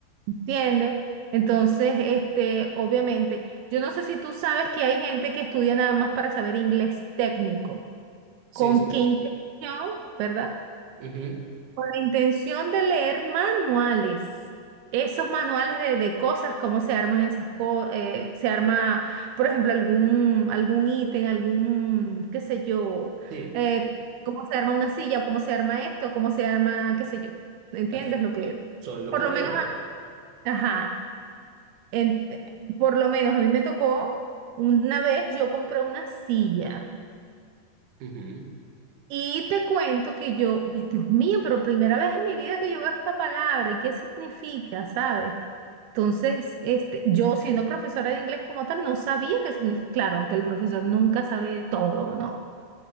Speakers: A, on the right (about 80°); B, on the right (about 60°).
A: ¿Entiendes? Entonces, este, obviamente, yo no sé si tú sabes que hay gente que estudia nada más para saber inglés técnico.
B: Sí,
A: ¿Con
B: sí.
A: qué intención, verdad?
B: Ujú,
A: La intención de leer manuales, esos manuales de, de cosas, cómo se arman esas cosas, se arma, por ejemplo, algún, algún ítem, algún, qué sé yo,
B: Sí.
A: eh, cómo se arma una silla, cómo se arma esto, cómo se arma, qué sé yo, ¿entiendes
B: O sea,
A: lo que?
B: so- sobre lo
A: Por
B: que voy
A: lo menos,
B: a hablar.
A: a- ajá, en- por lo menos a mí me tocó, una vez yo compré una silla.
B: Ujú,
A: Y te cuento que yo, ve, Dios mío, pero primera vez en mi vida que yo veo esta palabra y qué significa, ¿sabes? Entonces, este, yo siendo profesora de inglés como tal, no sabía qué significa. Claro, que el profesor nunca sabe todo, ¿no?